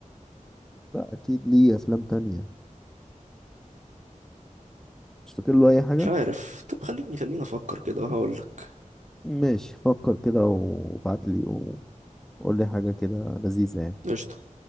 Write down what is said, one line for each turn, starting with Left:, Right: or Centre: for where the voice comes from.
Centre: لا اكيد ليه افلام تانية مش فاكر له اي حاجه
Right: مش عارف طب خليني خليني أفكر كده وهقول لك
Centre: ماشي فكر كده وابعت لي وقول لي حاجه كده لذيذه يعني
Right: قشطة